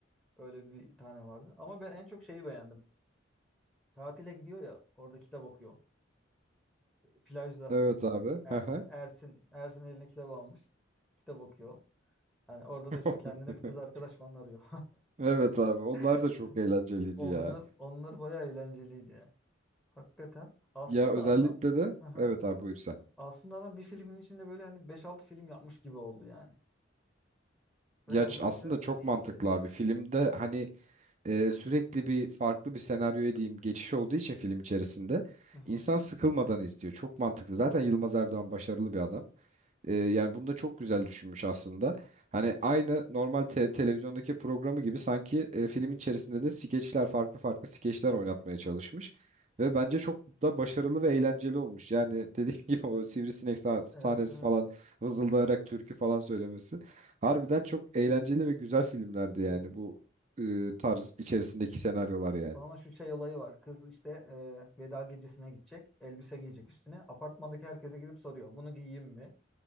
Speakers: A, in the centre; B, on the right (about 35°).
A: Öyle bir tane vardı. Ama ben en çok şeyi beğendim. Tatile gidiyor ya orada kitap okuyor. Plajda.
B: Evet abi.
A: Er-
B: Hı hı.
A: Ersin, Ersin eline kitap almış. Kitap okuyor. Yani orada
B: <laughs>
A: da işte kendine bir kız arkadaş falan arıyor.
B: Evet abi. Onlar
A: <laughs>
B: da çok eğlenceliydi
A: Onlar
B: ya.
A: onlar bayağı eğlenceliydi ya. Hakikaten. Aslında
B: Ya özellikle
A: adam
B: de
A: hı hı.
B: evet abi buyur sen.
A: aslında adam bir filmin içinde böyle hani beş altı film yapmış gibi oldu yani.
B: Ya
A: Ve
B: ç-
A: oldukça
B: aslında çok
A: keyifli.
B: mantıklı abi. Filmde hani e, sürekli bir farklı bir senaryoya diyeyim geçiş olduğu için film içerisinde
A: Hı hı.
B: insan sıkılmadan izliyor. Çok mantıklı. Zaten Yılmaz Erdoğan başarılı bir adam. E, yani bunu da çok güzel düşünmüş aslında. Hani aynı normal te- televizyondaki programı gibi sanki e, filmin içerisinde de skeçler farklı farklı skeçler oynatmaya çalışmış. Ve bence çok da başarılı ve eğlenceli olmuş. Yani dediğim <laughs> gibi o sivrisinek sah-
A: Evet
B: sahnesi
A: evet.
B: falan vızıldayarak türkü falan söylemesi. Harbiden çok eğlenceli ve güzel filmlerdi yani
A: evet.
B: bu e, tarz içerisindeki senaryolar yani.
A: Sonra şu şey olayı var. Kız işte e, veda gecesine gidecek. Elbise giyecek üstüne. Apartmandaki herkese gidip soruyor. Bunu giyeyim mi?